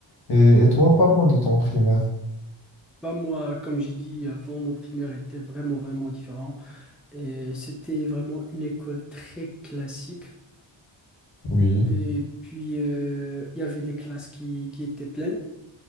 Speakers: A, on the left; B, in the centre.
A: Et, et toi, parle-moi de ton primaire.
B: Bah moi, comme j'ai dit avant, mon primaire était vraiment, vraiment différent. Et c'était vraiment une école très classique.
A: Oui.
B: Et puis, euh, il y avait des classes qui, qui étaient pleines,